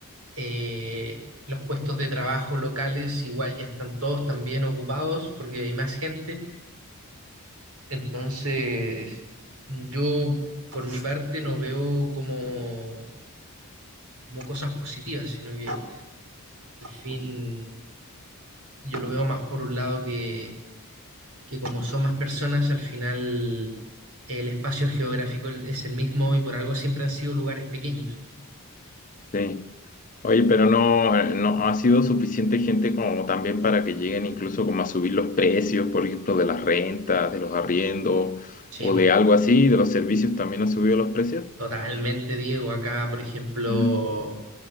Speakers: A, on the right; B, on the left.
A: eh, los puestos de trabajo locales igual ya están todos también ocupados porque hay más gente. Entonces, yo por mi parte no veo como, como cosas positivas, sino que al fin yo lo veo más por un lado que, que como son más personas, al final el espacio geográfico es el mismo y por algo siempre han sido lugares pequeños.
B: Sí. Oye, pero no, eh, no ha sido suficiente gente como también para que lleguen incluso como a subir los precios, por ejemplo, de las rentas, de los arriendos
A: Sí,
B: o
A: po,
B: de algo así, de los servicios también han subido los precios.
A: totalmente, Diego. Acá, por ejemplo...
B: Mm.